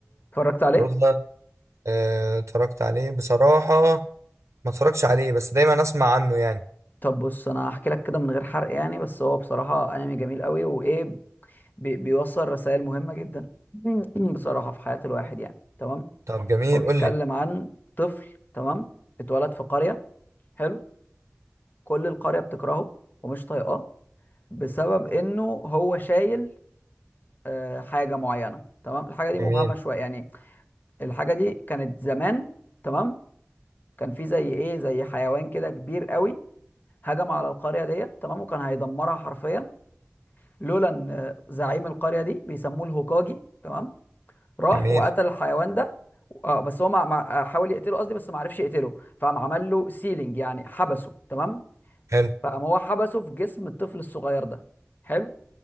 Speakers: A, on the left (about 40°); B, on the right (about 80°).
A: اتفرجت عليه
B: ناروتو ده آه، اتفرجت عليه بصراحة ما اتفرجتش عليه بس دايما اسمع عنه يعني
A: طب بص انا هحكي لك كده من غير حرق يعني بس هو بصراحه انمي جميل قوي وايه بي بيوصل رسائل مهمة جدا <clears throat> بصراحة في حياة الواحد يعني تمام
B: طب جميل
A: هو بيتكلم
B: قول لي
A: عن طفل تمام اتولد في قرية حلو كل القرية بتكرهه ومش طايقاه بسبب انه هو شايل آه، حاجة معينة تمام الحاجة دي
B: جميل
A: مبهمة شوية يعني الحاجة دي كانت زمان تمام كان في زي ايه زي حيوان كده كبير قوي هجم على القرية ديت تمام وكان هيدمرها حرفيا لولا ان آه، زعيم القرية دي بيسموه الهوكاجي تمام راح
B: جميل
A: وقتل الحيوان ده اه بس هو مع... مع... حاول يقتله قصدي بس ما عرفش يقتله فقام عمل له سيلينج يعني حبسه تمام
B: حلو
A: فقام هو حبسه في جسم الطفل الصغير ده حلو